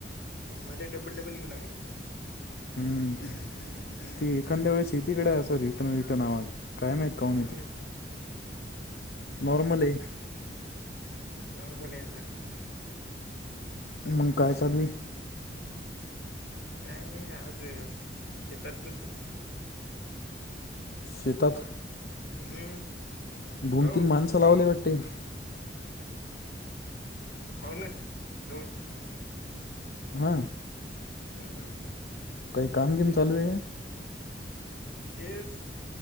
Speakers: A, on the left; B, on the left.
A: मले डबल डबल यू लागले.
B: हम्म, ती एखाद्या वेळेस येती गड्या असं रिटर्न रिटर्न आवाजं काय माहीत काहून
A: हम्म.
B: येते. नॉर्मल ये,
A: कसा हाय नॉर्मल ये आता.
B: मंग काय चालू हाय.
A: काय नाही आज शेतात गेल तो.
B: शेतात.
A: हम्म,
B: दोन
A: हो
B: तीन माणसं लावले वाटते.
A: होव ना दोन.
B: हा,
A: करू काय.
B: काही काम कीम चालू आहे का?
A: तेच